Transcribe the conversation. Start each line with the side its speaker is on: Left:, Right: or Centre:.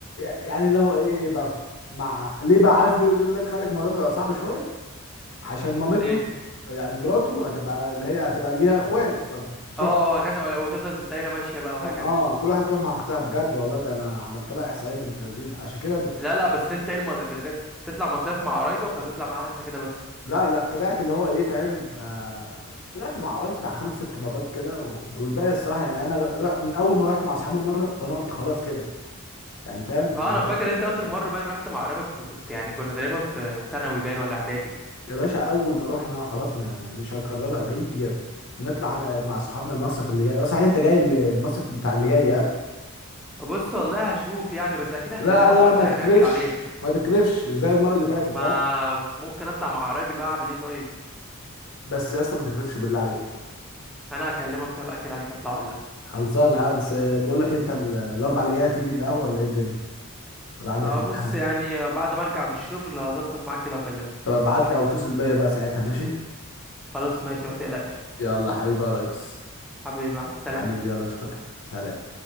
Left: يعني اللي هو ايه يبقى في- مع ليه بقى عارف ليه ليه ولاد خالك الموضوع بيبقى صعب شويه عشان
Centre: عشان
Left: مامته
Centre: ليه
Left: يعني مراته هتبقى اللي هي هتبقى ليها اخوات فبتروح
Centre: اه وهكذا ولا- وتفضل الدايره ماشيه بقى وهكذا
Left: اه كل واحد تروح مع اختها بجد والله ده انا عملت لها احصائيه بنت لذينه عشان كده ب...
Centre: لا لا بس انت ايه المز... بدأت تطلع مصايف مع قرايبك ولا بتطلع معانا احنا كده بس
Left: لا لا طلعت اللي هو ايه فاهم آه... طلعت مع عربي بتاع خمس ست مرات كده و... والباقي الصراحه يعني انا ر... ر... من اول ما رحت مع اصحابي مره وانا قلت خلاص كده يعني فاهم
Centre: اه
Left: اللي
Centre: انا
Left: هو
Centre: فاكر انت اخر مره باين رحت مع قرايبك كنت يعني كنا تقريبا في ثانوي باين ولا اعدادي
Left: يا باشا اول ما رحنا خلاص م- مش هنكررها هي نطلع أنا- مع اصحابنا المصيف اللي جاي آه، صحيح انت جاي ال- المصيف بتاع اللي جاي
Centre: بص والله هشوف يعني بس اكيد هكلمك
Left: لا لا
Centre: وقتها
Left: ما تكرفش
Centre: يعني اكد عليك
Left: ما تكرفش زي المره اللي فاتت
Centre: ما
Left: ها
Centre: ممكن اطلع مع قرايبي بقى اعمل ايه طيب
Left: بس يا اسطى ما تكرفش بالله عليك
Centre: انا هكلمك طب اكد عليك اطلع ولا
Left: خلصانه ها بس بقول لك انت ال- الاربع اللي جايه هتيجي القهوه ولا ايه الدنيا ولا عندك
Centre: آه
Left: امتحان
Centre: بص يعني بعد ما ارجع من الشغل هظبط معاك كده واكلمك
Left: طب ابعت لي او اتصل بيا بقى ساعتها ماشي
Centre: خلاص ماشي ما تقلقش
Left: يلا حبيبي يا ريس
Centre: حبيبي مع السلامة
Left: حبيبي يلا اشوفك سلام